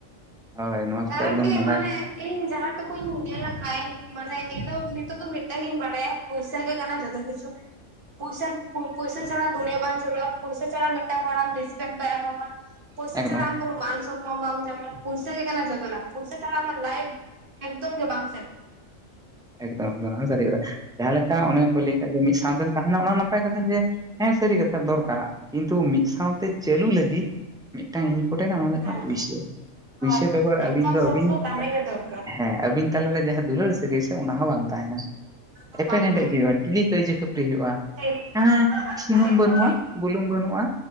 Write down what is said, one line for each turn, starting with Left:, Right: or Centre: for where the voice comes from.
Centre: ᱦᱳᱭ ᱱᱚᱣᱟ ᱠᱚᱫᱚ
Right: ᱠᱟᱨᱚᱱ
Centre: ᱮᱠᱫᱚᱢ
Right: ᱠᱤ
Centre: ᱵᱟᱰᱟᱭ
Right: ᱢᱟᱱᱮ ᱤᱧ ᱡᱟᱦᱟᱸ ᱴᱩᱠᱩᱧ ᱧᱮᱞ ᱟᱠᱟ ᱤᱧ ᱢᱟᱱᱮ ᱤᱧ ᱫᱚ ᱱᱤᱛᱚᱜ ᱫᱚ ᱢᱤᱫᱴᱟᱝ ᱜᱤᱧ ᱵᱟᱲᱟᱭᱟ- ᱯᱩᱭᱥᱟ ᱜᱮ ᱠᱟᱱᱟ ᱡᱚᱛᱚ ᱠᱤᱪᱷᱩ᱾ ᱯᱩᱭᱥᱟ ᱯᱩᱭᱥᱟ ᱪᱷᱟᱲᱟ ᱫᱩᱱᱭᱟᱹ ᱵᱟᱝ ᱪᱟᱹᱞᱩᱜᱼᱟ ᱯᱩᱭᱥᱟ ᱪᱷᱟᱲᱟ ᱢᱤᱫᱴᱟᱝ ᱦᱚᱲ ᱟᱢ ᱨᱮᱥᱯᱮᱠᱴ ᱵᱟᱭ ᱮᱢᱟᱢᱟ᱾ ᱯᱩᱭᱥᱟᱹ
Centre: ᱮᱠᱫᱚᱢ
Right: ᱪᱷᱟᱲᱟ ᱟᱢ ᱠᱚᱱᱚ ᱢᱟᱱ ᱥᱚᱢᱢᱟᱱ ᱵᱟᱢ ᱡᱟᱢᱟ ᱯᱩᱭᱥᱟᱹ ᱜᱮ ᱠᱟᱱᱟ ᱡᱚᱛ᱾ ᱠᱟᱱᱟ ᱯᱩᱭᱥᱟᱹ ᱪᱷᱟᱲᱟ ᱟᱢᱟᱜ ᱞᱟᱭᱤᱯᱷ ᱮᱠᱫᱚᱢ ᱜᱮ ᱵᱟᱝ ᱥᱮᱱᱚᱜ
Centre: ᱮᱠᱫᱚᱢ ᱮᱠᱫᱚᱢ ᱚᱱᱟ ᱦᱚ ᱥᱟᱹᱨᱤ ᱠᱟᱱᱟ ᱡᱟᱦᱟᱸ ᱞᱮᱠᱟ ᱚᱱᱮᱢ ᱠᱩᱞᱤᱭ ᱠᱷᱟᱡ ᱡᱮ ᱢᱤᱫ ᱥᱟᱶᱛᱮᱢ ᱛᱟᱦᱮᱱᱟ ᱚᱱᱟ ᱦᱚ ᱱᱟᱯᱟᱭ ᱠᱟᱛᱷᱟ ᱡᱮ ᱦᱮᱸ ᱥᱟᱹᱨᱤ ᱠᱟᱛᱷᱟ ᱫᱚᱨᱠᱟᱨᱟ ᱠᱤᱱᱛᱩ ᱢᱤᱫ ᱥᱟᱶᱛᱮ ᱪᱟᱹᱞᱩ ᱞᱟᱹᱜᱤᱫ ᱢᱤᱫᱴᱟᱝ ᱤᱱᱯᱚᱨᱴᱮᱱᱴ ᱟ ᱚᱱᱟ ᱫᱚ ᱦᱩᱭᱩᱜ
Right: ᱦᱮᱸ
Centre: ᱠᱟᱱᱟ ᱯᱩᱭᱥᱟᱹ, ᱯᱩᱭᱥᱟᱹ
Right: ᱟᱨ
Centre: ᱵᱮᱜᱚᱨ
Right: ᱤᱱᱠᱟᱢ
Centre: ᱟᱹᱵᱤᱱ ᱫᱚ
Right: ᱥᱳᱨᱥ
Centre: ᱟᱹᱵᱤᱱ
Right: ᱛᱟᱦᱮᱸ ᱜᱮ ᱫᱚᱨᱠᱟᱨ
Centre: ᱦᱮᱸ ᱟᱵᱤᱱ ᱛᱟᱞᱟ ᱨᱮ ᱡᱟᱦᱟᱸ ᱫᱩᱞᱟᱹᱲ ᱥᱟᱹᱜᱟᱹᱭ ᱥᱮ, ᱚᱱᱟ ᱦᱚᱸ ᱵᱟᱝ ᱛᱟᱦᱮᱸᱱᱟ
Right: ᱟᱫᱚ
Centre: ᱮᱯᱮᱨᱦᱮᱰᱮᱡ
Right: ᱵᱟᱝ ᱛᱟᱦᱮᱸ
Centre: ᱦᱩᱭᱩᱜᱼᱟ, ᱰᱮᱞᱤ ᱠᱟᱹᱭᱡᱟᱹ ᱠᱷᱟᱹᱯᱟᱹᱨᱤ ᱦᱩᱭᱩᱜᱼᱟ᱾
Right: ᱴᱷᱤᱠ
Centre: ᱦᱮᱸ ᱦᱮᱸ ᱥᱩᱱᱩᱢ
Right: ᱴᱷᱤᱠ
Centre: ᱵᱟᱹᱱᱩᱜᱼᱟ
Right: ᱴᱷᱤᱠ
Centre: ᱵᱩᱞᱩᱝ ᱵᱟᱹᱱᱩᱜᱼᱟ᱾